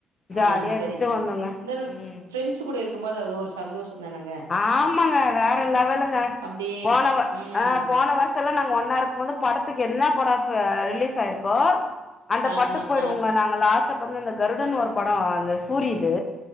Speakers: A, on the left; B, on the right.
A: ஜாலியா
B: ஆ சரிங்க
A: இருந்துட்டு வந்தோங்க
B: இருந்தாலு
A: ம்
B: ஃபிரெண்ட்ஸ் கூட இருக்கும் போது அது ஒரு சந்தோஷ தானங்
A: ஆமாங்க வேற லெவலுங்க
B: அப்டியே
A: போன
B: ம்
A: ஆ போன வருஷ சல்லா நாங்க ஒன்ன இருக்கும் போது படத்துக்கு என்ன பட ரிலீஸ் ஆயிருக்கோ அந்த
B: ஆ
A: படத்துக்கு
B: ஆ
A: போயிடுவோங்க
B: ஆ
A: நாங்கல்லா லாஸ்டா பாத் அந்த கருடன்
B: அ
A: ஒரு படொ அந்த சூரி இது